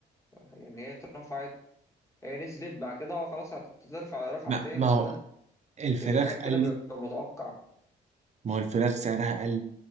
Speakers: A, on the left (about 15°); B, on the right (about 35°).
A: يعني هي اترفعت هي نزلت بعد كده هو خلاص هترفع رفعة
B: ما
A: تاني
B: ما
A: لوحدها
B: هو الفراخ
A: كان في حاجات كده
B: قلت
A: بيبقى متوقع
B: ما هو الفراخ سعرها قل